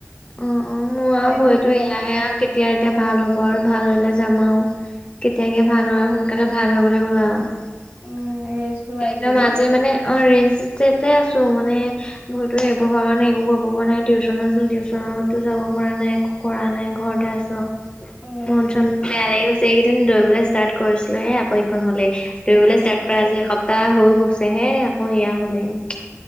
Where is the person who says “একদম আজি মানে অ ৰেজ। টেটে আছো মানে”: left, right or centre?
Left